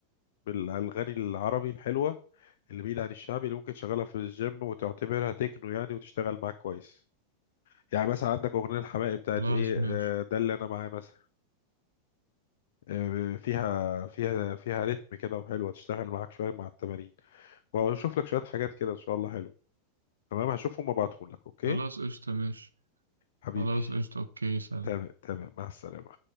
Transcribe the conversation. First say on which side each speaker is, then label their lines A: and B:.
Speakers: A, on the left; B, on the right.
A: بالاغاني العربي الحلوه اللي بعيد عن الشعبي اللي ممكن تشغلها في الجيم وتعتبرها تكنو يعني وتشتغل معاك كويس يعني مثلا عندك اغنيه الحماقي بتاعت
B: خلاص
A: ايه
B: ماشي
A: آه، ده اللي انا معاه مثلا آه، فيها فيها فيها رتم كده وحلوه تشتغل معاك شويه مع التمارين واشوف لك شويه حاجات كده ان شاء الله حلوه تمام هشوفهم وابعتهم لك اوكي
B: خلاص قشطه ماشي
A: حبيبي
B: خلاص قشطه اوكي سلام
A: تمام تمام مع السلامة